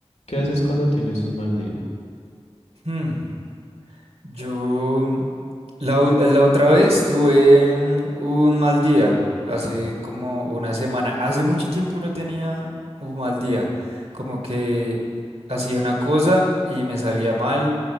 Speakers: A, on the left (about 85°); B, on the right (about 70°).
A: ¿Qué haces cuando tienes un mal día?
B: Hmm, Yo la, u- la otra vez tuve mm, un mal día, hace como una semana. Hace mucho tiempo no tenía un mal día. Como que hacía una cosa y me salía mal.